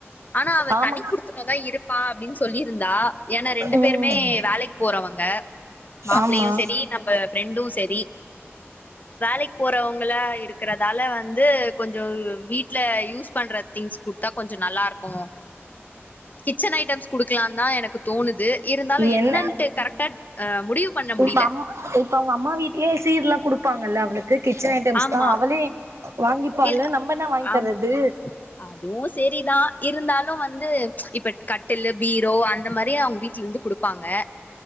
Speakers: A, on the left (about 40°); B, on the right (about 85°).
A: ஆனா அவ
B: ஆமா
A: தனி குடுத்துனதா இருப்பா அப்டின்னு சொல்லியிருந்தா ஏனா ரெண்டு
B: ம்
A: பேருமே வேலைக் போறவங்க மாப்பிளயு
B: ஆமா
A: செரி நம் ஃப் ஃப்ரெண்டு செரி வேலைக்கி போறவங்ளா இரு இருக்கறதால வந்து கொஞ்சோ வீட்ல யூஸ் பண்றத் திங்ஸ் குடுத்தா கொஞ்சோ நல்லாருக்கு கிச்சன் ஐட்டம்ஸ் குடுக்கலான்தா எனக்கு தோணுது இருந்தாலு
B: என்ன
A: என்னன்ட்டு கரெக்டா அ முடிவு பண்ண முடியல
B: இப்ப அம் இப்ப அவங்க அம்மா வீட்லே சீர்லா குடுப்பாங்கல்ல அவளுக்கு கிச்சன் ஐட்டம்ஸ்
A: ஆமா
B: தா அவளே வாங்கிப்பால்ல
A: இல்
B: நம்ம என்ன வாங்கி
A: ஆம்
B: தர்ரது
A: அதுவு செரிதா இருந்தாலு வந்து இப்ப கட்டலு பீரோ அந்த மாரிய அவங்க வீட்ல இருந்து குடுக் ப்பாங்க